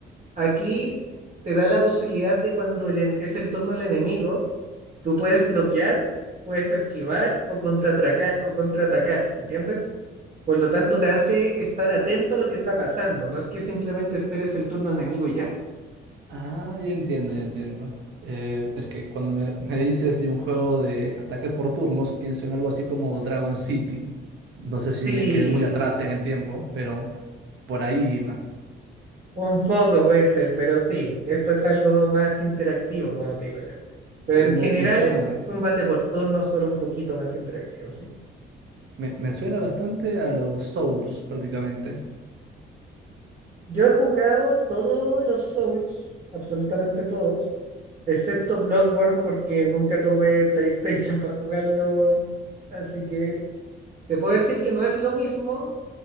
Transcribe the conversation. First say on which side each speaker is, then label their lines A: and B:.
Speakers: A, on the right; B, on the right.
A: Aquí te da la posibilidad de cuando el en- es el turno del enemigo, tú puedes bloquear, puedes esquivar o contraatacar, o contraatacar, ¿entiendes? Por lo tanto, te hace estar atento a lo que está pasando, no es que simplemente esperes el turno enemigo y ya.
B: Ah, ya entiendo, ya entiendo. Eh, es que cuando me, me dices de un juego de ataque por turnos, pienso en algo así como Dragon City. No sé si
A: Sí,
B: me quedé muy atrás en el tiempo, pero por ahí iba.
A: un poco puede ser, pero sí, esto es algo más interactivo, como te digo yo. Pero
B: Eh,
A: en
B: me,
A: general
B: me suena,
A: es combate por turnos, solo un poquito más interactivo, sí.
B: me, me suena bastante a los Souls prácticamente.
A: Yo he jugado todos los Souls, absolutamente todos. Excepto Bloodborne porque nunca tuve PlayStation <laughs> para jugarlo. Así que te puedo decir que no es lo mismo,